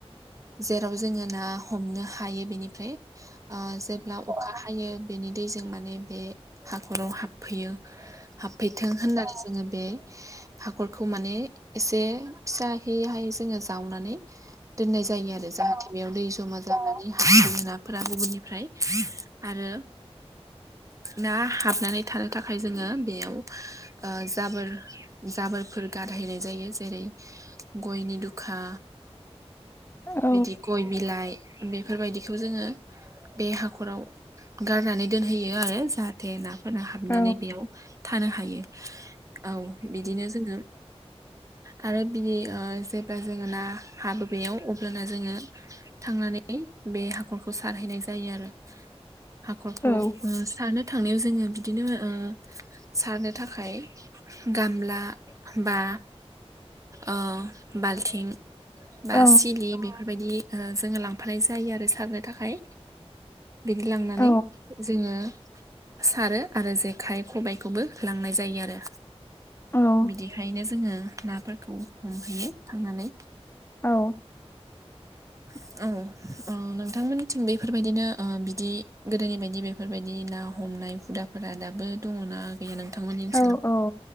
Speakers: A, on the right; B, on the left.
A: जेराव जोङो ना हमनो हायो बेनिफ्राय ओ जेब्ला अखा हायो बेनि दैजों माने बे हाखराव हाबफैयो हाबफैथों होननानै जोङो बे हाखरखौ माने एसे फिसा हहाय जोङो जावनानै दोननाय जायो आरो जाहाथे बेयाव दै जमा जानानै जाफोरा गुबुननिफ्राय आरो ना हाबनानै थानो थाखाय जोङो बेयाव जाबोर जाबोरफोर गारहायनाय जायो जेरै गयनि दुखा
B: औ
A: बिदि गय बिलाइ बेफोरबायदिखौ जोङो बे हाखराव गारनानै दोनहैयो आरो जाहाथे ना <unintelligible> हाबनानै
B: औ
A: बेयाव थानो हायो औ बिदिनो जोङो आरो बिदि उह जेब्ला जोङो ना हाबो बेयाव अब्लाना जोङो थांनानै बे हाखरखौ सारहैनाय जायो आरो हाखरखौ
B: औ
A: <unintelligible> थांनायाव जोङो बिदिनो उह सारनो थाखाय गामला बा उह बाल्थिं बा
B: औ
A: सिलि बेफोरबायदि उह जोङो लांफानाय जायो आरो सारनो थाखाय बिदि लांनानै
B: औ
A: जोङो सारो आरो जेखाइ खबायखौबो लांनाय जायो आरो
B: औ
A: बिदिहायनो जोङो नाफोरखौ हमहैयो थांनानै
B: औ
A: <inaudible> औ नोंथांमोननिथिं बेफोरबायदिनो उह बिदि गोदोनि बायदि बेफोरबायदि ना <unintelligible> <unintelligible> हुदाफोरा दाबो दङना गैया नोंथांमोननि ओनसोलाव
B: औ औ